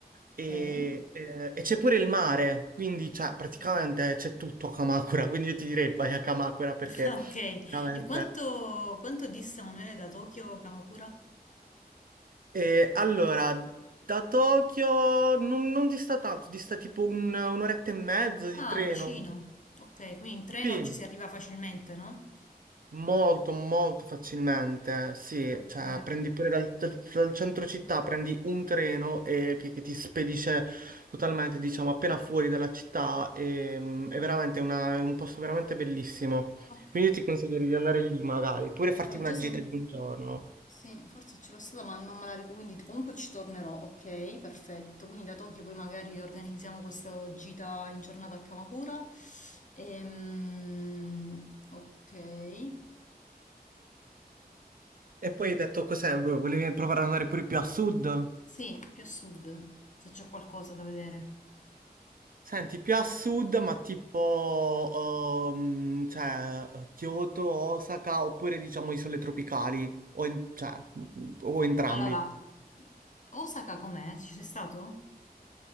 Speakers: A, on the right (about 60°); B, on the left (about 50°).
A: e,
B: ok.
A: eh, e c'è pure il mare, quindi,
B: Addirittura.
A: cioè, praticamente
B: <laughs>
A: c'è tutto a Kamakura, quindi io ti direi vai a Kamakura perché,
B: Ah, Ok,
A: veramente...
B: e quanto, quanto dista Manuele da Tokyo a Kamakura?
A: Eh, allora, da Tokyo non, non dista tanto, dista tipo un- un'oretta e mezzo di
B: Ah,
A: treno.
B: vicino. Ok, quindi in treno
A: Sì,
B: ci si arriva facilmente, no?
A: molto, molto facilmente. Sì,
B: Ok,
A: cioè prendi pure dal, dal- dal centro città, prendi un treno e, che, che ti spedisce totalmente, diciamo, appena fuori dalla città. E, mm, è veramente una- è un posto veramente bellissimo.
B: ok.
A: Quindi io ti consiglio di andare lì magari, pure farti
B: Avevo
A: una
B: già sentito.
A: gita di un giorno.
B: Sì, forse ce l'ho stata, ma non me la ricordo, quindi comunque ci tornerò, ok? Perfetto. Quindi da Tokyo poi magari organizziamo questa gita in giornata a Kamakura. Ehm, ok.
A: E poi hai detto cos'è? Volevi provare ad andare pure più a sud?
B: Sì, più a sud, se c'è qualcosa da vedere.
A: Senti, più a sud, ma tipo, ehm, cioè, Kyoto, Osaka, oppure diciamo isole tropicali, o, en- cioè, o entrambi.
B: Allora, Osaka com'è? Ci sei stato?